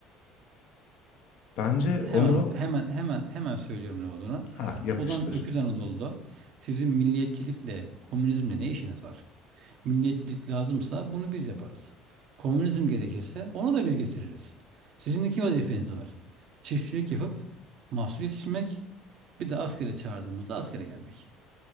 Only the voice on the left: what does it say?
Bence
onu
ha yapıştır.